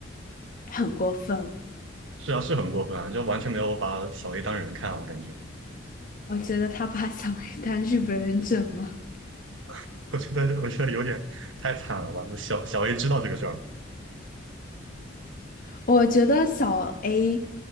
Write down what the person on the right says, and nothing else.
是啊，是很过分啊，就完全没有把小 A 当人看，我感觉，
<laughs> 我觉得我觉得有点太惨了吧？那小小 A 知道这个事儿吗？